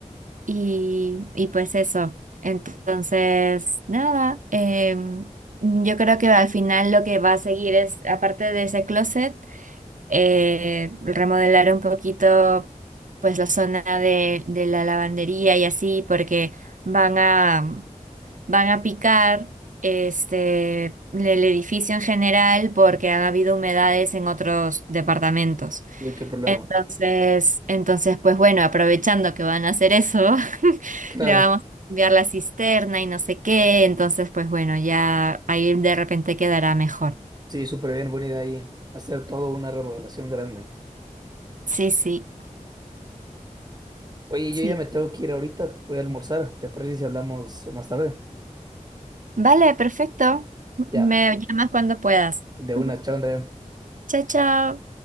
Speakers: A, on the right; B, on the right.
A: Y, y pues eso. Entonces, nada, em, yo creo que al final lo que va a seguir es, aparte de ese closet, eh, remodelar un poquito pues la zona de, de la lavandería y así porque van a van a picar este el edificio en general porque han habido humedades en otros departamentos.
B: No hay ¿Qué problema?
A: Entonces, entonces pues bueno, aprovechando que van a hacer eso, <laughs>
B: Claro,
A: le vamos a cambiar la cisterna y no sé qué, entonces pues bueno, ya ahí de repente quedará mejor.
B: sí, súper bien, buena idea ahí. Hacer todo una remodelación grande.
A: Sí, sí,
B: Oye,
A: sí.
B: yo ya me tengo que ir ahorita, voy a almorzar. ¿Te parece si hablamos más tarde?
A: Vale, perfecto.
B: Ya,
A: Me llamas cuando puedas.
B: de una,
A: <laughs>
B: chao, Andrea.
A: Chao, chao.